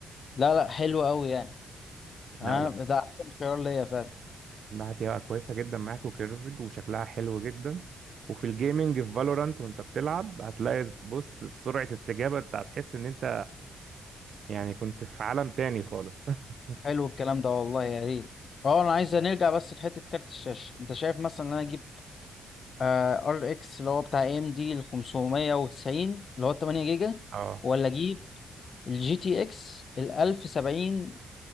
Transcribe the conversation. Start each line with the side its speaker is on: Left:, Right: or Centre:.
Left: لا لا حلو قوي يعني انا
Right: لا اه لا
Left: ده احسن خيار ليا فعلا
Right: انها هتبقى كويسه جدا معاك وكيرفد وشكلها حلو جدا وفي الجيمنج في فالورانت وانت بتلعب هتلاقي بص سرعه استجابه انت هتحس ان انت يعني كنت في عالم تاني خالص <laughs>
Left: حلو الكلام ده والله يا ريت اه انا عايز نرجع بس لحتة كارت الشاشة انت شايف مثلا ان انا اجيب ار اكس اللي هو بتاع اي ام دي ال 590 اللي هو 8 جيجا
Right: اه
Left: ولا اجيب الجي تي اكس ال 1070